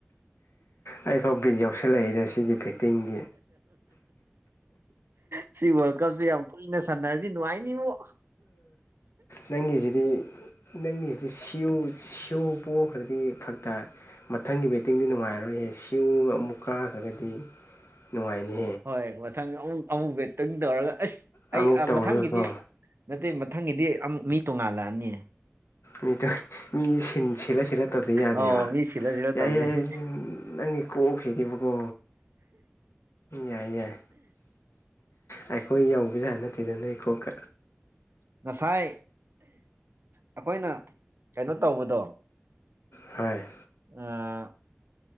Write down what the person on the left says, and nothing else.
ꯑꯩꯐꯥꯎ ꯕꯤ ꯌꯥꯎꯁꯜꯂꯛꯏꯗꯦ ꯁꯤꯒꯤ ꯐꯤꯠꯇꯤꯡꯗꯤ
ꯅꯪꯒꯤꯁꯤꯗꯤ ꯅꯪꯒꯤꯁꯤꯗꯤ ꯁꯤꯌꯨ ꯁꯤꯎ ꯄꯣꯛꯈ꯭ꯔꯗꯤ ꯐꯛꯇ ꯃꯊꯪꯒꯤ ꯕꯦ ꯤꯡꯗꯤ ꯅꯨꯡꯉꯥꯏꯔꯣꯏꯌꯦ ꯁꯤꯨꯕ ꯑꯃꯨꯛ ꯀꯥꯈ꯭ꯔꯒꯗꯤ ꯅꯨꯡꯉꯥꯏꯅꯤ
ꯑꯃꯨꯛ ꯇꯧꯔꯒꯀꯣ
ꯃꯤꯗꯣ ꯃꯤ ꯁꯤꯠꯂ ꯁꯤꯠꯂ ꯇꯧꯗ ꯌꯥꯗꯦꯕ
ꯌꯥꯏ
ꯌꯥꯏ ꯅꯪꯒꯤ ꯀꯣꯛꯈꯤꯗꯕꯀꯣ ꯌꯥꯏ ꯌꯥꯏ ꯑꯩꯈꯣꯏ ꯌꯧꯕꯁꯦ ꯍꯥꯏ ꯅꯠꯇꯦꯗ ꯅꯣꯏ ꯈꯣꯠꯀ
ꯍꯥꯏ